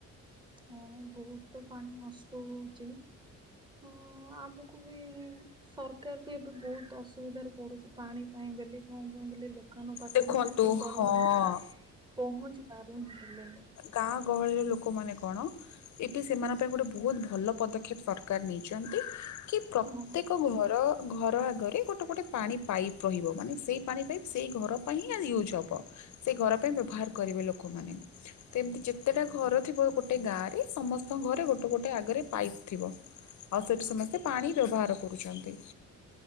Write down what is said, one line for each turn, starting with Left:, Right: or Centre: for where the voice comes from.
Right: ହଁ ବହୁତ ପାଣି ନଷ୍ଟ ହଉଚି ଅ ଆମକୁ ବି ସରକାର ବି ଏବେ ବହୁତ ଅସୁବିଧାରେ ପଡୁଛି ପାଣି ପାଇଁ ବେଲେ କଁ ପାଇଁ ବେଲେ ଲୋ କାନ ପାଖକୁ
Left: ଦେଖନ୍ତୁ
Right: ସେତିକି ପରିମାଣରେ
Left: ହଁ
Right: ପହଞ୍ଚି ପାରୁନି ହେଲେଣି।
Left: କା ଗହଳି ଲୋକମାନେ କଣ ଏଠୁ ସେମାନଙ୍କ ପାଇଁ ଗୋଟେ ବହୁତ ଭଲ ପଦକ୍ଷେପ ସରକାର ନେଇଚନ୍ତି କି ପ୍ରତ୍ୟେକ
Right: ହଁ ହଁ
Left: ଗୁହର। ଘର ଆଗରେ ଗୋଟେ ଗୋଟେ ପାଣି ପାଇପ୍ ରହିବ ମାନେ ସେଇ ପାଣି ପାଇପ୍ ସେଇ ଘର। ପାଇ ହି ଆଜି ୟୁଜ୍ ହବ ସେ ଘର ପାଇଁ ବ୍ୟବହାର କରିବେ ଲୋକମାନେ। ତ ଏମିତି ଯେତେଟା ଘର ଥିବ ଗୋଟେ ଗାଁ ରେ ସମସ୍ତଙ୍କ ଘରେ ଗୋଟେ ଗୋଟେ ଆଗରେ ପାଇପ ଥିବ। ଆଉ ସେଠୁ ସମସ୍ତେ ପାଣି ବ୍ୟବହାର କରୁଛନ୍ତି।